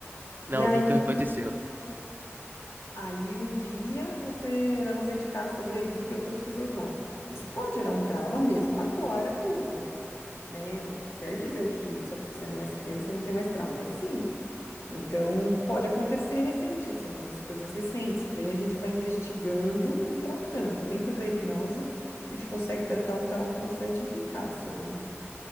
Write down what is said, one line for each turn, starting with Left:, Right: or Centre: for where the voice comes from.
Right: Não,
Left: E aí,
Right: nunca aconteceu.
Left: aí um dia você leva um acidente de carro, sobrevive, outras pessoas morrem. Isso pode gerar um trauma mesmo agora, adulto, né? Não quer dizer que só porque você não é mais criança não tem mais trauma. Tem sim. Então, pode acontecer recente, assim, umas coisas recentes, que daí a gente vai investigando e tratando. Dentro da hipnose, a gente consegue tratar o trauma com bastante eficácia, viu?